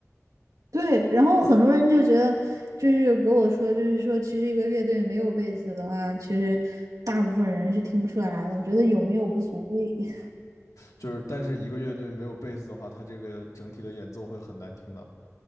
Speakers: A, on the right; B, on the left.
A: 对，然后很多人就觉得，就是给我说，就是说，其实一个乐队没有贝斯的话，其实大部分人是听不出来的，觉得有没有无所谓，<laughs>
B: 就是但是一个乐队没有贝斯的话，它这个整体的演奏会很难听的，